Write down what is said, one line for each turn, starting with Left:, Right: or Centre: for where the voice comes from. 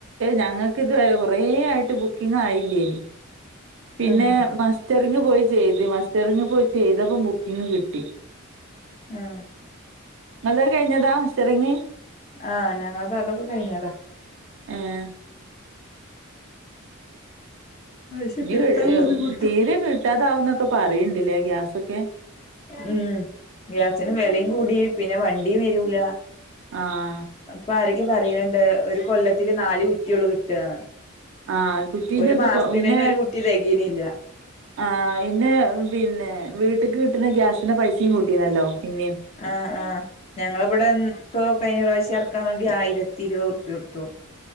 Right: ഞങ്ങൾക്ക് ഇത് വരെ കൊറെ ആയിട്ട് ബുക്കിംങ്‌ ആയില്ലേനി. പിന്നെ
Left: ആഹ്
Right: മസ്റ്ററിങ്ങ് പോയി ചെയ്ത് മസ്റ്ററിങ്ങ് പോയി ചെയ്തപ്പോ ബുക്കിങ് കി ട്ടി
Left: ആഹ്
Right: ഇങ്ങൾതെ കഴിഞ്ഞതാ മസ്റ്ററിങ്ങ്.
Left: ആഹ് ഞങ്ങൾതെ അതൊക്കെ കഴിഞ്ഞതാ.
Right: ഏഹ്
Left: പക്ഷെ
Right: ഇനി
Left: കിട്ടാൻ ബുദ്ധിമുട്ടാ
Right: തീരെ കിട്ടാതാവന്നൊക്കെ പറയണ്ടില്ലേ ഗ്യാസൊക്കെ.
Left: ഉം ഗ്യാസിന് വെലേം കൂടി പിന്നെ വണ്ടിം വരൂല.
Right: ആഹ്
Left: അപ്പ ആരൊക്കെ പറയ്ണ്ട് ഒരു കൊല്ലത്തില് നാല് കുറ്റിളളു കിട്ടാ.
Right: ആഹ് കുറ്റിന്റെത്
Left: ഒരു മാസ്ത്തിന്
Right: പിന്നെ
Left: തന്നെ ഒരു കുറ്റി തെകിണില്ല.
Right: ആഹ് ഇന്നെ പിന്നെ വീട്ട്ക്ക് കിട്ട്ന്ന ഗ്യാസിന്റെ പൈസിം കൂട്ടീനല്ലോ പിന്നിം.
Left: ആഹ് ആഹ് ഞങ്ങള് ഇവടെ ൻ ഇപ്പൊ കഴിഞ്ഞ പ്രാവശ്യം എർക്കാൻ വേണ്ടി ആയിരത്തി ഇരുപത് ഉർപ്യ കൊട്ത്തു.